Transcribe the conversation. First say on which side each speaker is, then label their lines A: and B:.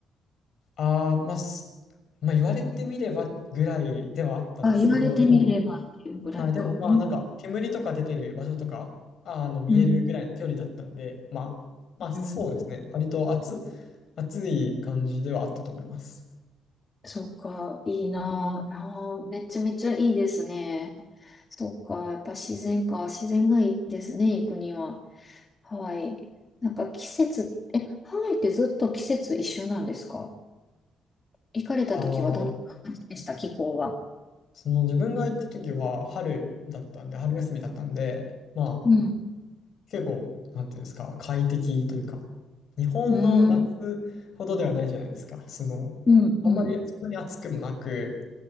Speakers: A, on the left; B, on the left.
A: ああ、まあ、すまあ、言われてみればぐらいではあったんですけど、
B: あ、言われてみればっていうぐらいか。
A: でも、はい、でもまあなんか煙とか出てる場所とかあの見えるぐらいの距離だったんで、
B: うん、うん、
A: まあ、まあそうですね、
B: うん。
A: 割と暑、暑い感じではあったと思います。
B: そうか、いいなああーめちゃめちゃいいですね。そうか、やっぱ自然か。自然がいいですね、行くには。ハワイ。なんか季節、え、ハワイってずっと季節一緒なんですか行かれた時はどんな感じでした気候は。
A: あーその自分が行った時は春だったんで、春休みだったんで、まあ
B: うん。
A: 結構、なんていうんですか、快適というか、日本の夏ほどではないじゃないですか、
B: うん。
A: その、
B: うん。
A: あんまりそんなに暑くもなく、
B: うん。